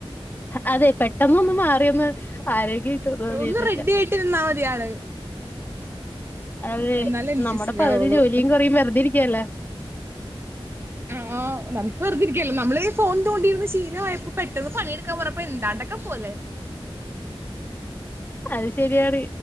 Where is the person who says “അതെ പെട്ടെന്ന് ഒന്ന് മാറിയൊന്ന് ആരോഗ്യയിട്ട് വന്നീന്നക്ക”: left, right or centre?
Left